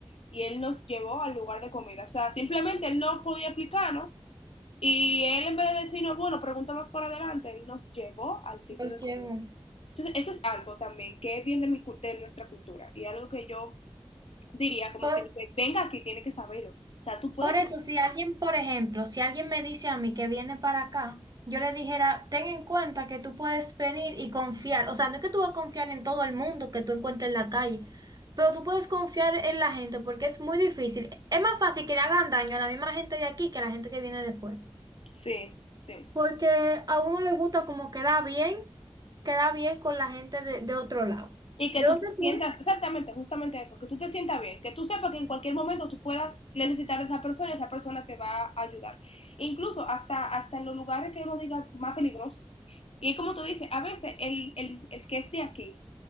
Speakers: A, on the left; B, on the right.
A: y él nos llevó al lugar de comida. O sea, simplemente él no podía explicarnos y él en vez de decirnos, bueno, pregunta más por adelante, él nos llevó al sitio
B: Los
A: de comida.
B: llevo.
A: Entonces, eso es algo también que es bien de, mi, cu- de nuestra cultura y algo que yo diría como
B: Por,
A: que el que venga aquí tiene que saberlo. O sea, tú puedes
B: por eso, si alguien, por ejemplo, si alguien me dice a mí que viene para acá, yo le dijera, ten en cuenta que tú puedes venir y confiar. O sea, no es que tú vas a confiar en todo el mundo que tú encuentres en la calle, pero tú puedes confiar en la gente porque es muy difícil. Es más fácil que le hagan daño a la misma gente de aquí que a la gente que viene de fuera.
A: Sí, sí.
B: Porque a uno le gusta como queda bien, queda bien con la gente de, de otro lado.
A: Y que
B: ¿De
A: tú
B: dónde
A: te sientas,
B: tú eres?
A: exactamente, justamente eso, que tú te sientas bien, que tú sepas que en cualquier momento tú puedas necesitar a esa persona y esa persona te va a ayudar. Incluso hasta, hasta en los lugares que uno diga más peligroso. Y como tú dices, a veces el, el, el que es de aquí